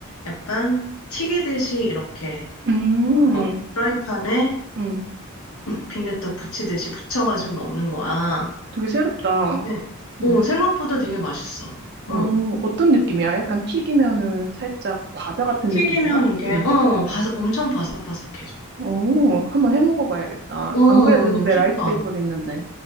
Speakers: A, on the left (about 75°); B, on the right (about 50°).
A: 약간 튀기듯이 이렇게
B: 음,
A: 어, 프라이팬에
B: 음.
A: 빈대떡 부치듯이 부쳐가지고 먹는 거야.
B: 되게 새롭다.
A: 네. 오,
B: 음.
A: 생각보다 되게 맛있어.
B: 어,
A: 응.
B: 어떤 느낌이야? 약간 튀기면은 살짝 과자 같은
A: 튀기면
B: 느낌인가?
A: 이게,
B: 음.
A: 어, 바삭, 엄청 바삭바삭해져.
B: 오, 한번 해 먹어봐야겠다.
A: 어,
B: 안 그래도 집에
A: 추천.
B: 라이스페이퍼도 있는데.